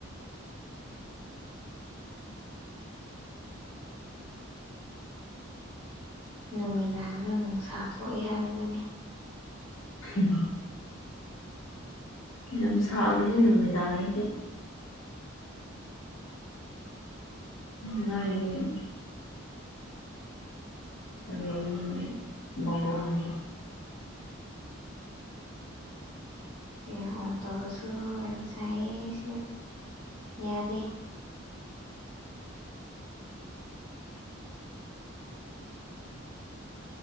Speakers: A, on the right; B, on the left.
A: ꯅꯨꯃꯤꯗꯥꯡꯅ ꯅꯨꯡꯁꯥ ꯊꯣꯛꯏꯦ ꯍꯥꯏꯕꯗꯨꯅꯤ
B: ꯎꯝ ꯌꯥꯝ ꯃ ꯁꯥꯥꯒꯅꯤ ꯏꯅ ꯃꯗꯥꯅꯤꯗꯤ ꯑ ꯑꯗꯨ ꯒꯋꯥꯟꯗ
A: ꯁꯤꯅ ꯑꯣꯟ ꯇꯧꯔꯁꯨ ꯌꯥꯝ ꯁꯥꯏꯌꯦ ꯁꯤꯗ ꯌꯥꯗꯦ